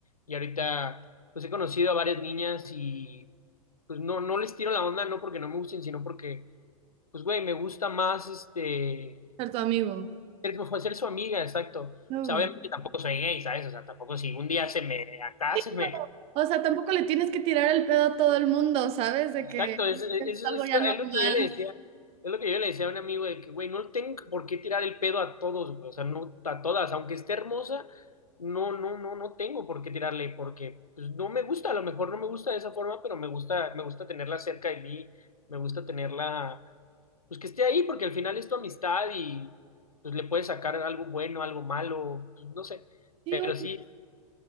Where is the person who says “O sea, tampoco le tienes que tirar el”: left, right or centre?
Right